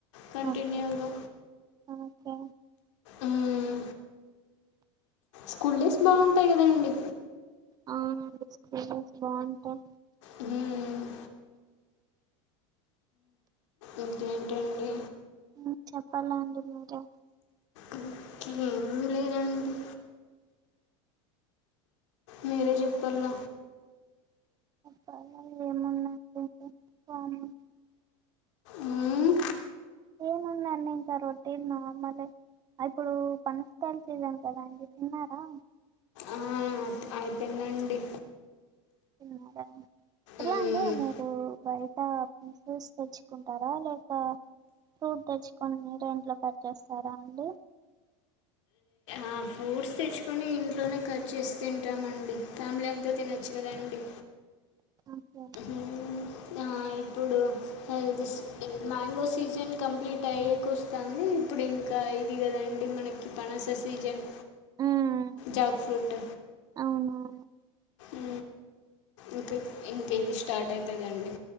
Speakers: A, on the left (about 80°); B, on the right (about 25°).
A: కంటిన్యూగా
B: ఓకే ఓకే
A: ఉమ్ స్కూల్ డేస్ బాగుంటాయి కదాండి
B: ఆ అవునండి స్కూల్ డేస్ బాగుంటాయి
A: ఉమ్ ఇంకేంటండి
B: ఉ చెప్పాలండి మీరే
A: ఇంకా ఏం లేదండి మీరే చెప్పాల
B: కామన్ ఏమున్నాదండి కామన్
A: ఉమ్
B: ఏముందండి ఇంకా రొటీన్ నార్మల్ ఏ అప్పుడు పనస కాయలకి వెళ్ళాము కదండీ కదా అండి తిన్నారా
A: ఆ అయిపోయిందండి
B: ఇక ఎట్లా
A: ఉమ్,
B: అండి మీరు బయట ఫ్రూట్స్ తెచ్చుకుంటారా లేక ఫూట్ తెచ్చుకొని మీరే ఇంట్లో కట్ చేస్తారా అండి
A: ఆ ఫూడ్స్ తెచ్చుకొని ఇంట్లోనే కట్ చేసి తింటామండి ఫ్యామిలీ అంతా తిన చ్చు కదా అండి
B: ఓకే
A: ఉ ఆ ఇప్పుడుది మ్యాంగో సీజన్ కంప్లీట్ అయ్యే కూ వస్తుంది ఇప్పుడు ఇంకా ఇది కాదండి మనకి పనస సీజన్
B: ఉమ్
A: జాగ్ ఫ్రూట్
B: అవునవును
A: ఉ ఇంకా ఇంక ఇది స్టార్ట్ అవుతుందండి